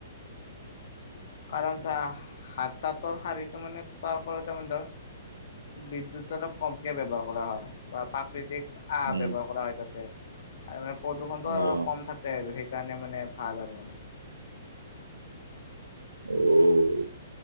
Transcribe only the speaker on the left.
কাৰণ চা তাতৰ শাৰীটো মানে তাৰ ফলতে তাৰ বিদ্যুত অলপ, কমকে ব্যৱহাৰ কৰা হয়। বা প্ৰাকৃতিক আহ
ব্যৱহাৰ কৰা হয় তাতে। আৰু মানে প্ৰদূষণটো
অলপ কম থাকে আৰু সেইকাৰণে মানে ভাল আৰু।